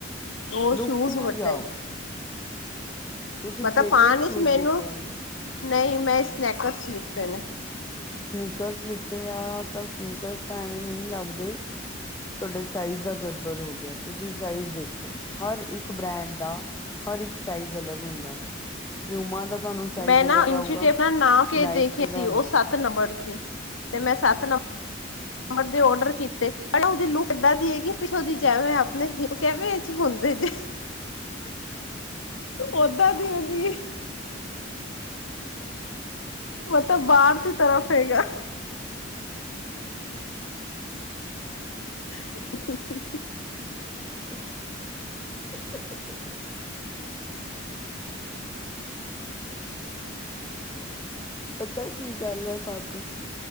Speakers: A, on the left; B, on the left.
A: ਓ
B: ਲੁੱਕ
A: ਸ਼ੂਜ
B: ਤੇ ਨਾ
A: ਵੱਡੇ
B: ਜਾਓ
A: ਨ
B: ਤੁਸੀਂ
A: ਮੈ
B: ਪਲੇਟਡ
A: ਤਾਂ ਪਾਨ
B: ਸ਼ੂਜ
A: ਚ ਮੈਨੂੰ
B: ਲਿੱਤੇ ਹੋਣਗੇ
A: ਨਈ ਮੈਂ ਸਨੈਕਰਸ ਲਿਤੇ ਨੇ।
B: ਸਨੀਕਰਸ ਲਿੱਤੇ ਆ ਤਾਂ ਸਨੀਕਰਸ ਤਾਂ ਐਵੇਂ ਨੀ ਲੱਗਦੇ। ਤੋੜੇ ਸਾਇਜ ਦਾ ਗੜਬੜ ਹੋ ਗਿਆ। ਤੁਸੀਂ ਸਾਇਜ ਦੇਖੋ, ਹਰ ਇੱਕ ਬ੍ਰੈਂਡ ਦਾ ਹਰ ਇੱਕ ਸਾਈਜ਼ ਅਲੱਗ ਹੁੰਦਾ ਹੈ। ਪਿਊਮਾ ਦਾ ਤੁਹਾਨੂੰ ਸਾਈਜ਼
A: ਮੈਂ
B: ਅਲੱਗ
A: ਨਾ ਇਨਚੀਟੇਪ
B: ਆਊਗਾ
A: ਨਾ ਨਾਪ ਕੇ
B: ਨਾਇਕੀ
A: ਦੇਖੇ
B: ਦਾ
A: ਸੀ
B: ਅਲੱਗ
A: ਓ ਸੱਤ ਤ ਨੰਬੜ ਸੀ ਤੇ ਮੈਂ ਸੱਤ ਨੰਬ ਰ ਦੇ ਓਡਰ ਕੀਤੇ ਪਰ ਓਦੀ ਲੁੱਕ ਏਦਾਂ ਦੀ ਐਗੀ ਪਿੱਛੋਂ ਦੀ ਜੇਂਵੇ ਆਪਨੇ <unintelligible> ਕੇਂਵੇ- ਚ ਹੁੰਦੇ ਜੇ। ਓਦਾਂ ਦੀ ਉਦੀ ਮਲਬ ਬਾਰ ਦੀ ਤਰਫ ਹੈਗਾ। <inaudible>
B: <inaudible> ਪਤਾ ਕੀ ਗੱਲ ਹੈ ਭਾਬ